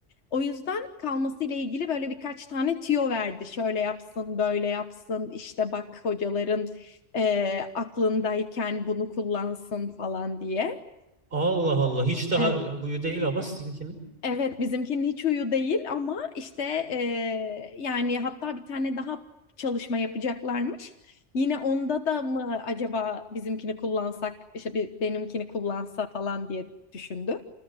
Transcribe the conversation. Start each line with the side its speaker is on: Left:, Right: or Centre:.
Left: O yüzden kalması ile ilgili böyle birkaç tane tüyo verdi. Şöyle yapsın, böyle yapsın. İşte bak hocaların e, aklındayken bunu kullansın falan diye.
Right: Allah Allah hiç daha
Left: Eh,
Right: huyu değil ama sizinkinin.
Left: Evet bizimkinin hiç huyu değil ama işte eee, yani hatta bir tane daha çalışma yapacaklarmış. Yine onda da mı acaba bizimkini kullansak işte bir benimkini kullansa falan diye düşündü